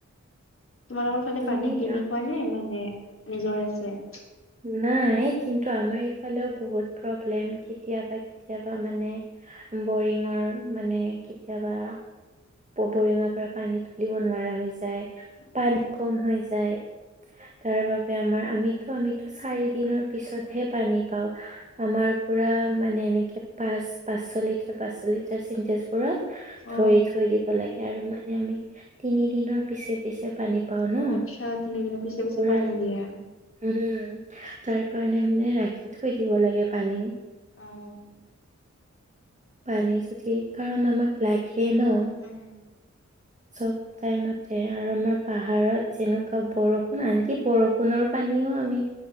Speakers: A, on the left; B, on the right.
A: তোমালোকৰ ফালে
B: তুমি
A: পানী কিনি
B: আ,
A: খোৱা নে, মানে নিজৰ আছে',
B: নাই, কিন্তু আমাৰ ইফালেও বহুত প্ৰব্লেম কেতিয়াবা -কেতিয়াবা মানে', বৰিঙৰ মানে কেতিয়াবা', ব', -বৰিঙৰ পৰা পানী তুলিব নোৱাৰা হৈছে', যায়, পানী
A: অ
B: কম হৈ যায় তাৰ বাবে আমাৰ আমিতো', চাৰি দিনৰ পিছত', হে', পানী পাওঁ, আমাৰ পুৰা মানে এনেকে পাঁচ পাঁচশ লিটাৰ, পাঁচশ লিটাৰ চিনটেজ', পুৰা ধৰি
A: অ
B: থৈ দিব লাগে আৰু মানে আমি তিনি দিনৰ পিছে- পিছে পানী', পাওঁ ন',
A: অ আচ্ছা তিনিদিনৰ পিছে পিছে
B: পুৰা
A: পানী দিয়া
B: উম', তাৰ কাৰণে মানে ৰাখি থৈ দিব লাগে পানী',
A: অহ',
B: পানী যদি, কাৰণ আমাক লাগে ন,
A: উম উম
B: চব', টাইমতে আৰু আমাৰ পাহাৰত যেনেকুৱা বৰষুণ আনকি বৰষুণৰ পানীও আমি',